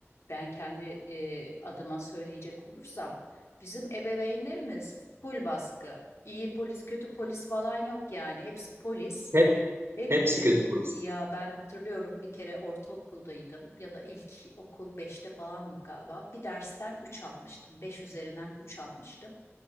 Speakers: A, on the left (about 65°); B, on the right (about 55°).
A: ben kendi e, adıma söyleyecek olursam bizim ebeveynlerimiz full baskı. İyi polis, kötü polis falan yok yani. Hepsi polis.
B: Hep
A: Hep
B: hepsi
A: e,
B: kötü polis.
A: ya ben hatırlıyorum bir kere ortaokuldaydım ya da ilk okul beşte falandım galiba. Bir dersten 3 almıştım. beş üzerinden 3 almıştım.